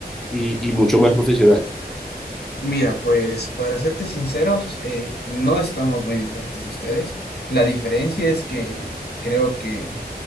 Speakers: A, in the centre; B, on the left.
A: y y mucho más profesional.
B: Mira, pues para serte sinceros, eh, no estamos muy diferentes de ustedes. La diferencia es que creo que